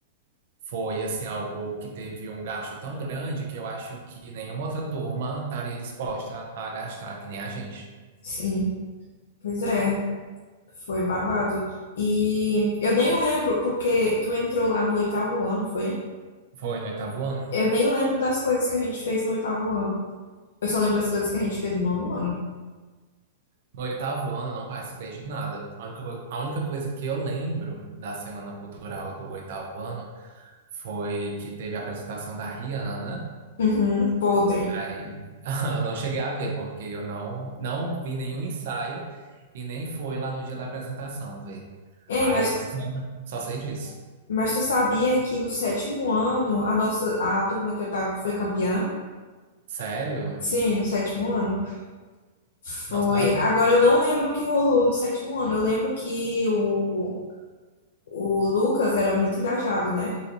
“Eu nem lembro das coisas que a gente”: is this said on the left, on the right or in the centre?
Left